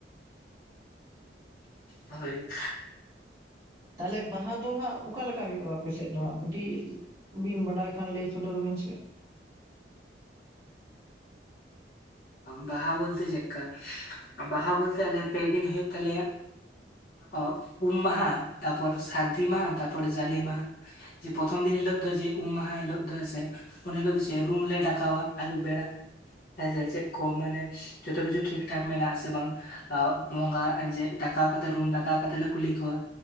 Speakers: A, on the left; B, on the right.
A: ᱦᱳᱭ᱾
B: ᱛᱟᱦᱞᱮ ᱵᱟᱦᱟ ᱫᱚ ᱦᱟᱸᱜ ᱚᱠᱟ ᱞᱮᱠᱟ ᱦᱩᱭᱩᱜ-ᱟ ᱟᱯᱮ ᱥᱮᱫ ᱫᱚ ᱦᱟᱸᱜ ᱠᱟᱹᱴᱤᱜ ᱵᱤᱱ ᱵᱟᱰᱟᱭ ᱠᱷᱟᱱ ᱞᱮᱭ ᱥᱚᱫᱚᱨ ᱵᱤᱱ ᱥᱮ?
A: ᱵᱟᱦᱟ ᱵᱳᱞᱛᱮ ᱪᱮᱠᱠᱟ, ᱵᱟᱦᱟ ᱵᱳᱞᱛᱮ ᱟᱞᱮ ᱯᱮ ᱫᱤᱱ ᱦᱳᱭᱳᱜ ᱛᱟᱞᱮᱭᱟ᱾ ᱚᱵ ᱩᱢ ᱢᱟᱦᱟ ᱛᱟᱯᱚᱨ ᱥᱟᱹᱨᱫᱤ ᱢᱟᱦᱟ ᱛᱟᱯᱚᱨ ᱡᱟᱞᱮ ᱢᱟᱦᱟ, ᱡᱮ ᱯᱚᱛᱷᱚᱢ ᱫᱤᱱ ᱦᱤᱞᱳᱜ ᱫᱚ ᱡᱮ ᱩᱢ ᱢᱟᱦᱟ ᱦᱤᱞᱳᱜ ᱫᱚ ᱦᱮᱸ ᱥᱮ ᱩᱱ ᱦᱤᱞᱳᱜ ᱜᱤ ᱪᱮ ᱨᱩᱢ ᱞᱮ ᱰᱟᱠᱟᱣᱟ ᱟᱹᱭᱩᱵ ᱵᱮᱲᱟ ᱦᱮᱸᱥᱮ ᱪᱮᱫ ᱠᱚ ᱢᱟᱱᱮ ᱡᱷᱚᱛᱚ ᱠᱤᱪᱷᱩ ᱴᱷᱤᱠ-ᱴᱷᱟᱠ ᱢᱮᱱᱟᱜ ᱟᱥᱮ ᱵᱟᱝ᱾ ᱵᱚᱸᱜᱟ <unintelligible> ᱰᱟᱠᱟᱣ ᱠᱟᱛᱮ ᱨᱩᱢ ᱰᱟᱠᱟ ᱠᱟᱛᱮ ᱞᱮ ᱠᱩᱞᱤ ᱠᱚᱣᱟ